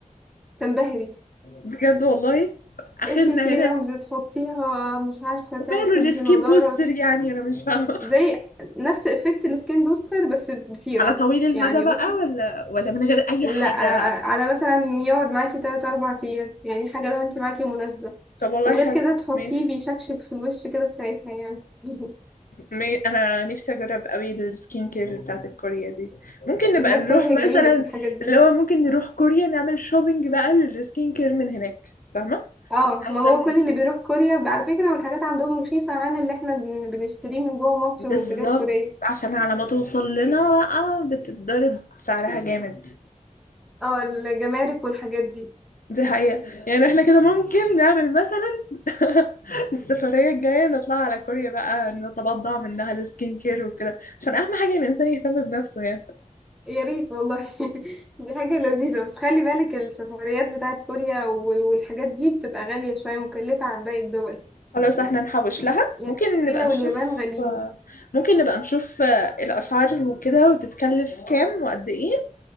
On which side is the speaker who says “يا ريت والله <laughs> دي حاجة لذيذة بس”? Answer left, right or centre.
Centre